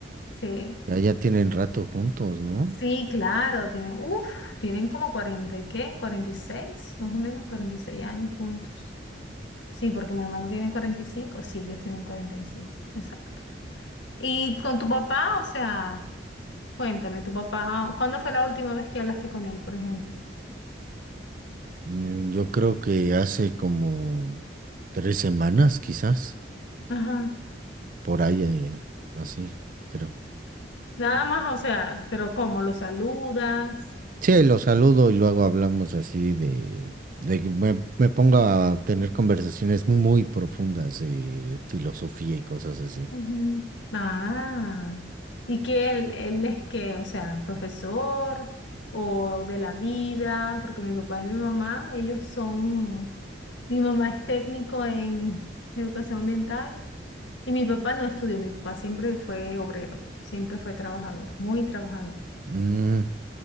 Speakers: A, on the left (about 85°); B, on the right (about 50°).
A: sí,
B: ya, ya tienen rato juntos, ¿no?
A: sí, claro, tienen, uff, tienen como 40 y qué, 46, más o menos 46 años juntos. Sí, porque mi hermano tiene 45, sí, ellos tienen 46, exacto. ¿Y con tu papá? O sea, cuéntame, tu papá, ¿cuándo fue la última vez que hablaste con él, por ejemplo?
B: Mm, Yo creo que hace como tres semanas, quizás,
A: Ajá.
B: por ahí, eh, así, creo.
A: Nada más, o sea, pero ¿cómo lo saludas?
B: Sí, lo saludo y luego hablamos así de, de que me, me pongo a tener conversaciones muy profundas de filosofía y cosas así.
A: Ujú. Ah, y que él, él es que, o sea, profesor o de la vida, porque mi papá y mi mamá, ellos son Mi mamá es técnico en educación ambiental y mi papá no estudió. Mi papá siempre fue obrero, siempre fue trabajador, muy trabajador,
B: Mm,